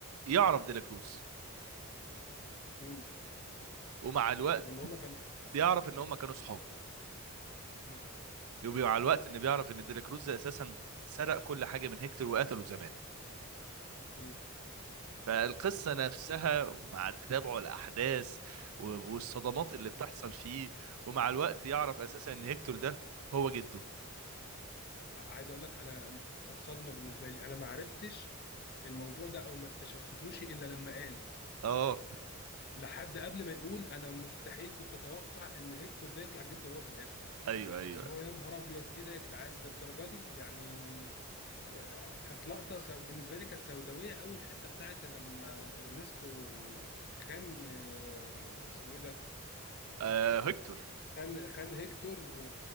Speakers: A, on the right; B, on the left.
A: يعرف ديلاكروز
B: مين
A: ومع الوقت
B: وان هما كانوا
A: بيعرف ان هم كانوا صحاب
B: مين
A: ومع الوقت ان بيعرف ان ديلا كروز اساسا سرق كل حاجه من هيكتور وقتله زمان
B: مين
A: فالقصه نفسها مع تتابع الاحداث و- والصدمات اللي بتحصل فيه ومع الوقت يعرف اساسا ان هيكتور ده هو جده
B: عايز اقول لك انا كانت صدمة بالنسبة لي انا ما عرفتش الموضوع ده او ما استشفتوش الا لما قال
A: اه
B: لحد قبل ما يقول انا مستحيل كنت اتوقع ان هيكتور ده يطلع جد هو في الاخر
A: ايوه ايوه
B: اللي هو يا نهار ابيض ايه ده يا جدعان للدرجه دي يعني آه، كانت لقطه سو... بالنسبه لي كانت سوداويه قوي الحته بتاعت لما ارنستو خان آه، اسمه ايه ده
A: آه هيكتور
B: خان خان هيكتور و...